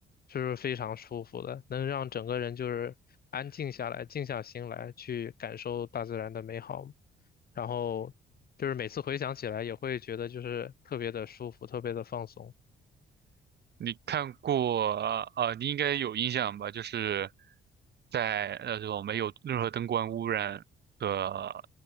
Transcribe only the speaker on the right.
你看过啊、呃你应该有印象吧？就是在那种没有任何灯光污染的